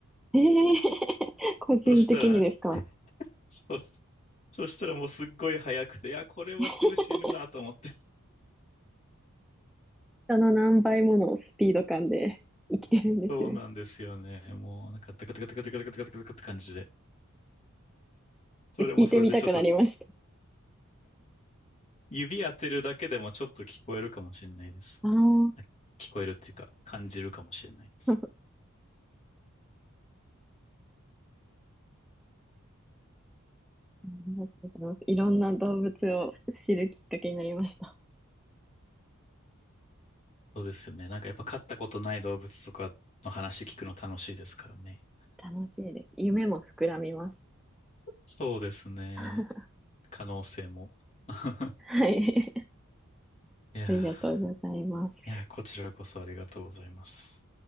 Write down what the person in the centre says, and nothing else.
えー、<laughs>
個人的にですか。
<laughs> 人の何倍ものスピード感で生きてるんですね。
聞いてみたくなりました。
あ
あ <laughs> ありがとうございます。いろんな動物を知るきっかけになりました。
楽しいです。夢も膨らみます。
<laughs> は
い。
ありがとうございます。